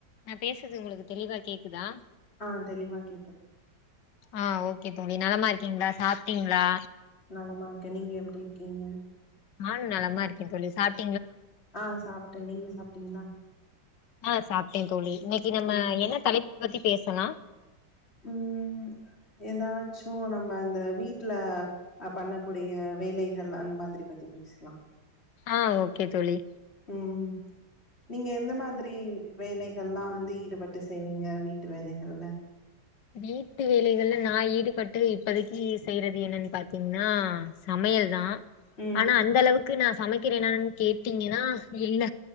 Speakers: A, on the left; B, on the left.
A: நா பேசுறது உங்களுக்கு தெளிவா கேக்குதா
B: ஆ தெளிவா கேக்குது
A: ஆஹ் ஓகே தோழி நலமா இருக்கீங்ளா சாப்பிட்டீங்ளா
B: நலமா இருக்க நீங்க எப்டி இருக்கீங்க
A: நானு நலமா இருக்க தோழி சாப்
B: ஆ சாப்ட்டே நீங்க சாப்ட்டீங்களா
A: ஆ சாப்ட்டே தோழி இன்னைக்கு நம்ம
B: ம்
A: என்ன தலைப் பத்தி பேசலா
B: ம் ஏதாச்சு நம்ம அந்த வீட்ல அ பண்ணக்கூடிய வேலைகள் அந்த மாதிரி பத்தி பேசலா
A: ஆ ஓகே தோழி
B: ம் நீங்க எந்த மாதிரி வேலைகள்லா வந்து ஈடுபட்டு செய்வீங்க வீட்டு வேலைகள்ல
A: வீட்டு வேலைகள்ல நா ஈடுபட்டு இப்பதைக்கு செய்றது என்னன்னு பாத்தீங்ன்னா சமையல் தா
B: ம்
A: ஆனா அந்த அளவுக்கு நா சமைக்கிறேனான் கேட்டீங்கனா இல்ல